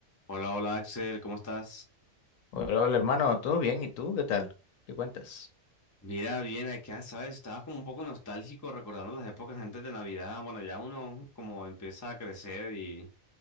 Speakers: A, on the left (about 20°); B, on the left (about 75°).
A: Hola, hola Axel, ¿cómo estás?
B: Hola, hola, hermano, ¿todo bien? ¿Y tú qué tal? ¿Qué cuentas?
A: Mira, bien acá, ¿sabes? Estaba como un poco nostálgico recordando las épocas antes de Navidad. Bueno, ya uno como empieza a crecer y